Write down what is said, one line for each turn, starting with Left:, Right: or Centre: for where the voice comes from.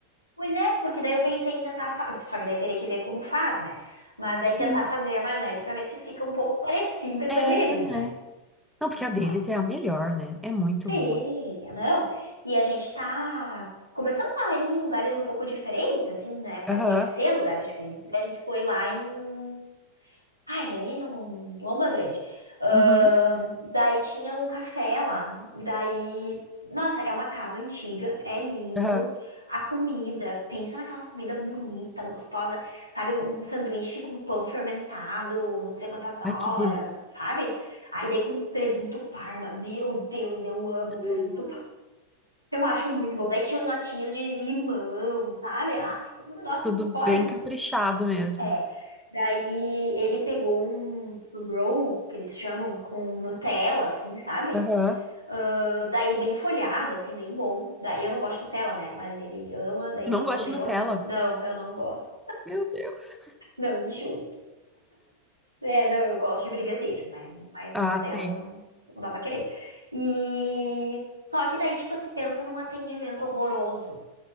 Right: Pois é, porque daí eu pensei em tentar. fa- Só que daí teria que ver como faz, né? Mas aí
Centre: Sim.
Right: tentar fazer a maionese pra ver se fica um pouco parecida com
Centre: É,
Right: a deles,
Centre: né?
Right: né?
Centre: Não, porque
Right: Porque,
Centre: a deles
Right: nossa.
Centre: é a melhor, né? É muito
Right: Sim,
Centre: boa.
Right: não. E a gente tá começando a ir em lugares um pouco diferentes, assim, né? Pra
Centre: Aham.
Right: conhecer lugares diferentes. Daí a gente foi lá em Ai, ali no Lomba Grande. Ahn,
Centre: Uhum.
Right: daí tinha um café lá. Daí, nossa, é uma casa antiga, é lindo.
Centre: Aham.
Right: A comida, pensa naquelas comidas bonitas, gostosa, sabe? Um sanduíche com pão fermentado, não sei quantas
Centre: Ai,
Right: horas,
Centre: que delícia.
Right: sabe? Aí daí com presunto parma. Meu Deus, eu amo
Centre: Ah,
Right: presunto parma. Eu acho muito bom. Daí tinha notinhas de limão, sabe? Ai, um negócio
Centre: Tudo bem
Right: fora
Centre: caprichado mesmo.
Right: é. Daí ele pegou um roll, que eles chamam, com Nutella, assim, sabe?
Centre: Aham.
Right: Ah, Daí bem folhado, assim, bem bom. Daí eu não gosto de Nutella, né? Mas ele ama, daí
Centre: Eu
Right: ele
Centre: não
Right: comeu
Centre: gosto de Nutella.
Right: aqui. Não, eu não gosto.
Centre: Meu Deus.
Right: Não, me julgue. É, não, eu gosto de brigadeiro, né? Mas
Centre: Ah,
Right: Nutella
Centre: sim.
Right: não, não dá pra querer. E só que daí, tipo, se pensa num atendimento horroroso,